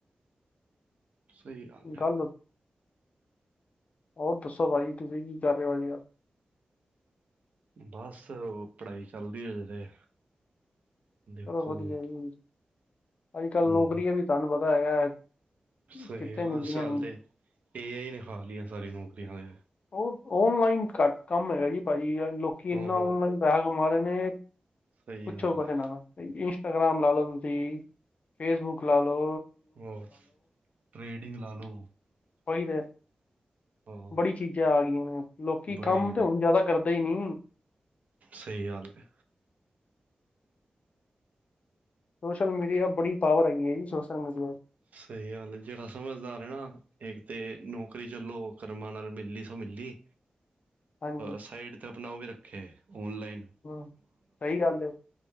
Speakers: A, on the right; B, on the left.
A: ਸਹੀ ਹੈ
B: ਗੱਲ, ਹੋਰ ਦੱਸੋ ਪਾਜੀ ਤੁਸੀਂ ਕੀ ਕਰ ਰੇ ਓ ਅਜ-ਕੱਲ-
A: ਬਸ ਪੜ੍ਹਾਈ ਚੱਲ ਰੀ ਹਜੇ ਤੇ ਦੇਖੋ
B: ਚਲੋ ਵਧੀਆ
A: ਹੁਣ
B: ਜੀ ਅੱਜ-ਕੱਲ
A: ਹੂੰ
B: ਨੌਕਰੀਆਂ ਵੀ ਤੁਆਨੂੰ ਪਤਾ ਹੈਗਾ
A: ਸਹੀ
B: ਕਿੱਥੇ
A: ਆ
B: ਮਿਲਦੀਆਂ
A: ਅੱਜ-ਚੱਲ
B: ਨੇ
A: ਤੇ ਏ ਆਈ ਨੇ ਖਾ ਲੀਆਂ ਸਾਰੀ ਨੌਕਰੀਆਂ ਤੇ
B: ਔਫ ਔਫਲਾਈਨ ਘੱਟ ਕੰਮ ਹੈਗਾ ਜੀ ਪਾਜੀ ਲੋਕੀ ਏਨਾ
A: ਹੂੰ ਹੂੰ
B: ਔਨਲਾਈਨ ਪੈਹਾ ਕਮਾ ਰੇ ਨੇ
A: ਸਹੀ
B: ਪੁੱਛੋ
A: ਗੱਲ
B: ਕੁਛ
A: ਹੈ
B: ਨਾ ਇੰਸਟਾਗ੍ਰਾਮ ਲਾਲੋ ਤੁਸੀਂ ਫੇਸਬੁੱਕ ਲਾਲੋ
A: ਹੋਰ ਟ੍ਰੇਡਿੰਗ ਲਾਲੋ
B: ਓਈ ਤੇ
A: ਹਾਂ
B: ਬੜੀ ਚੀਜ਼ਾਂ ਆ ਗਈਆਂ ਨੇ। ਲੋਕੀ
A: ਬੜੀ
B: ਕੰਮ ਤੇ ਹੁਣ ਜਾਦਾ ਕਰਦੇ ਈ ਨੀ।
A: ਸਈ ਗੱਲ ਏ।
B: ਸੋਸ਼ਲ ਮੀਡੀਆ ਬੜੀ ਪਾਵਰ ਹੈਗੀ ਏ ਜੀ ਸੋਸ਼ਲ ਮੀਡੀਆ
A: ਸਈ ਗੱਲ ਏ ਜੇੜਾ ਸਮਝਦਾਰ ਏ ਨਾ ਇੱਕ ਤੇ ਨੌਕਰੀ ਚਲੋ ਕਰਮਾ ਨਾਲ ਮਿਲੀ ਸੋ ਮਿਲੀ
B: <inaudible> ਹਾਂਜੀ
A: ਸਾਇਡ ਤੇ ਆਪਣਾ ਓ ਵੀ ਰੱਖੇ ਵੂਲਲਾਈਨ
B: ਹੂੰ ਸਈ ਗੱਲ ਏ